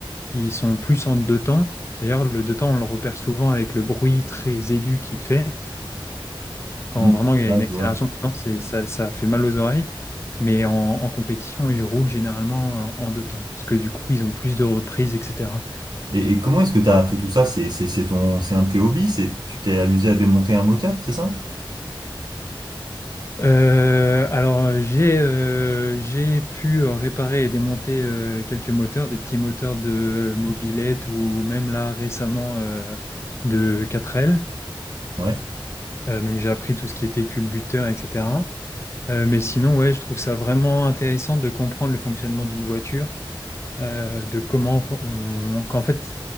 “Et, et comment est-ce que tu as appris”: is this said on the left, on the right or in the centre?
Right